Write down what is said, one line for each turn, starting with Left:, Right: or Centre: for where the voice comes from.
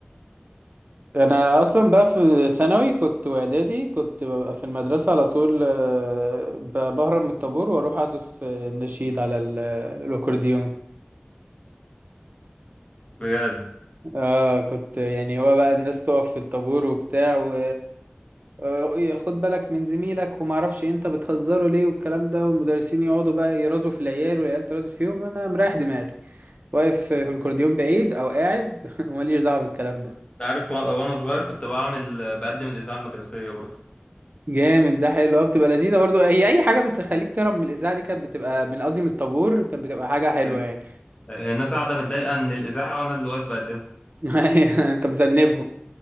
Right: انا اصلا بقى في ثانوي كنت واعدادي كنت ببقى في المدرسه على طول آه، ب- بهرب من الطابور واروح اعزف آه، النشيد على ال- آه، الاكورديون
Left: بجد
Right: اه كنت يعني هو بقى الناس تقف في الطابور وبتاع و آه، إيه، خد بالك من زميلك وما اعرفش إيه، انت بتهزره ليه والكلام ده والمدرسين يقعدوا بقى يرازوا في العيال والعيال ترازي فيهم انا مريح دماغي واقف في الكورديون بعيد او قاعد <laughs> وماليش دعوه بالكلام ده
Left: أنت عارف و... وانا صغير كنت بعمل بقدم الإذاعة المدرسية برضه
Right: جامد ده حلو قوي بتبقى لذيذه برضو هي اي حاجه بتخليك تهرب من الاذاعه دي كانت بتبقى من قصدي من الطابور كانت بتبقى حاجه حلوه
Left: ايوه
Right: يعني
Left: أيوة. الناس قاعدة متضايقة من الإذاعة وانا اللي واقف بقدمها
Right: <laughs> انت مذنبهم
Left: ايوه